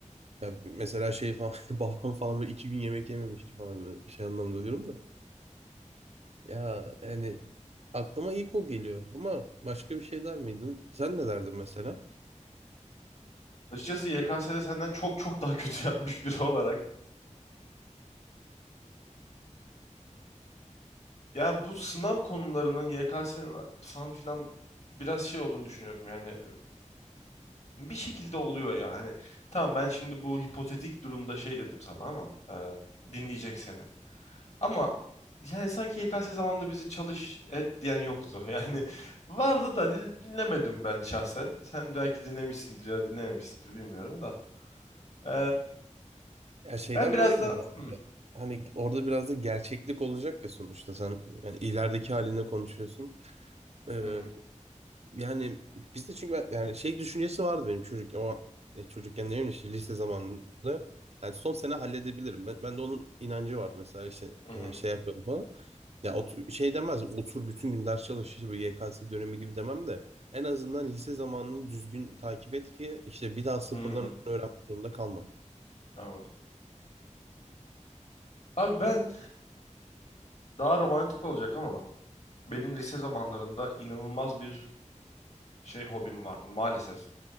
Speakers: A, on the right (about 55°); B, on the left (about 60°).
A: Ya mesela şey falan <laughs> babam falan böyle iki gün yemek yememişti falan böyle şey anlamda diyorum da. Ya hani aklıma ilk o geliyor ama başka bir şey der miydim? Sen ne derdin mesela?
B: Açıkçası YKS'de senden çok çok daha kötü <laughs> yapmış biri olarak. Ya bu sınav konularının YKS'nin falan filan biraz şey olduğunu düşünüyorum yani bir şekilde oluyor ya hani tamam ben şimdi bu hipotetik durumda şey dedim sana ama e, dinleyecek seni ama yani sanki YKS zamanında bizi çalış et diyen yoktu <laughs> yani vardı da din- dinlemedim ben şahsen sen belki dinlemişsindir ya dinlememişsindir bilmiyorum da E,
A: Ya şeyden
B: ben biraz
A: dolayıdır
B: da
A: aslında.
B: Hı,
A: Hani orada biraz da gerçeklik olacak ya sonuçta sen yani ilerideki haline konuşuyorsun. Ee,
B: hı,
A: Yani bizde çünkü ben, yani şey düşüncesi vardı benim çocuk o e, çocukken ne bileyim işte lise zamanında. Yani son sene halledebilirim. Ben, ben de onun inancı vardı mesela işte
B: hı,
A: e,
B: hı,
A: şey yapıyordum falan. Ya otur, şey demez otur bütün gün ders çalış işte bu YKS dönemi gibi demem de en azından lise zamanını düzgün takip et ki işte bir daha sıfırdan
B: hı.
A: öğrenmek zorunda kalma.
B: anladım abi ben daha romantik olacak ama Benim lise zamanlarında inanılmaz bir şey hobim vardı maalesef.